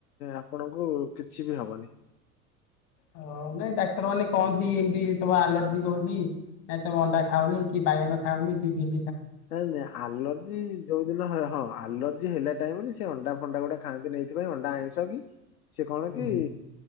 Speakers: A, on the left; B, on the left.
A: ଆପଣଙ୍କୁ କିଛି ବି ହବନି।
B: ହଅ ନାଇଁ ଡାକ୍ତର ମାନେ କହନ୍ତି ଏମତି ତମ ଆଲର୍ଜିିକ ହଉଚି ନାଇଁ ତମେ ଅଣ୍ଡା ଖାଉନି କି ବାଇଗଣ ଖାଅନି କି ଭି
A: ନାଇଁ ନାଇଁ ଆଲର୍ଜି ଯୋଉ ଦିନ ହଁ ଆଲର୍ଜି ହେଲା ଟାଇମରେ ସେ ଅଣ୍ଡା ଫଣ୍ଡା ଗୁଟା ଖାଆନ୍ତିନି ଏଇଥିପାଇଁ ଅଣ୍ଡା ଅଇଁଶ କି ସିଏ କଣ
B: ହୁଁ
A: କି?